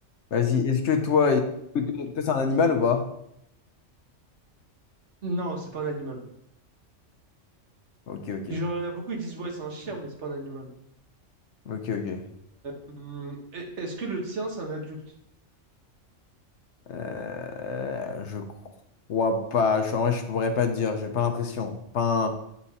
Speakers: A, on the left (about 65°); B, on the right (about 65°).
A: Vas-y, est-ce que toi, est-ce que toi, toi, c'est un animal ou pas?
B: Non, c'est pas un animal.
A: Ok, ok.
B: Genre, il y en a beaucoup, ils disent, ouais, c'est un chien, mais c'est pas un animal.
A: Ok, ok.
B: Hum, e- est-ce que le tien, c'est un adulte?
A: Euh, je crois pas. Je, en vrai, je pourrais pas te dire, j'ai pas l'impression. Enfin,